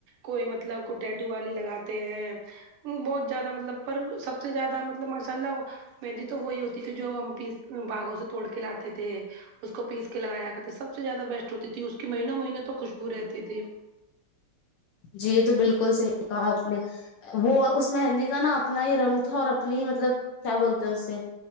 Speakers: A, on the right (about 80°); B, on the left (about 75°).
A: کوئی مطلب کو ٹیٹو والی لگاتے ہیں بہت زیادہ مطلب پر سب سے زیادہ مط مطلب ماشا اللہ مہندی تو وہی ہوتی تھی جو ہم پیس باغوں سے توڑ کے لاتے تھے اس کو پیس کے لگایا کر تھے سب سے زیادہ بیسٹ ہوتی تھی اس کی مہینوں مہینوں تو خوشبو رہتی تھی
B: جی یے تو بالکل صحیح کہا آپ نے وہ اس مہندی کا نا اپنا ہی رنگ تھا اور اپنی ہی مطلب کیا بولتے ہیں اسے